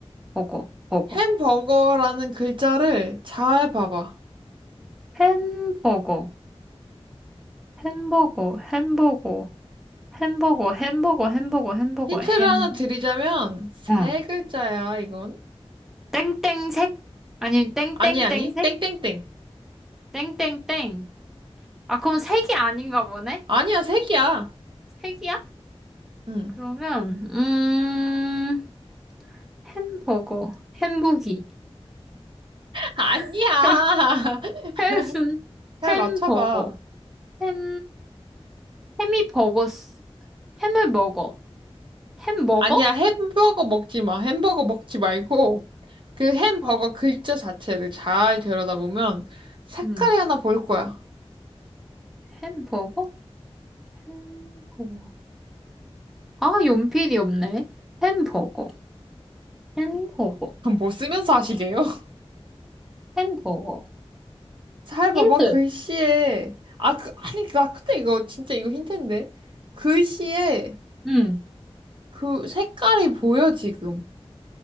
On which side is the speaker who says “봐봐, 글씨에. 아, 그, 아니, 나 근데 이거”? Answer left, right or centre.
Right